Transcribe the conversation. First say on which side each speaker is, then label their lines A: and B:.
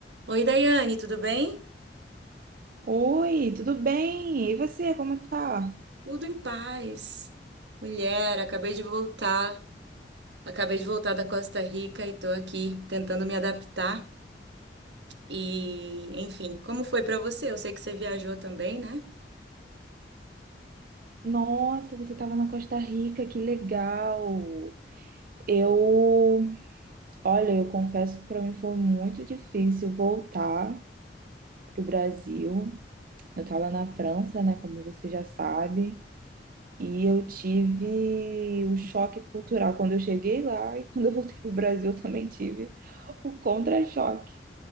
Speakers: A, on the right (about 80°); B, on the right (about 55°).
A: Oi, Daiane, tudo bem?
B: Oi, tudo bem? E você, como tá?
A: Tudo em paz. Mulher, acabei de voltar. Acabei de voltar da Costa Rica e tô aqui tentando me adaptar. E, enfim, como foi pra você? Eu sei que você viajou também, né?
B: Nossa, você estava na Costa Rica, que legal! Eu, olha, eu confesso que para mim foi muito difícil voltar pro Brasil. Eu estava na França, né, como você já sabe, e eu tive o choque cultural quando eu cheguei lá e quando eu voltei pro Brasil eu também tive o contra-choque.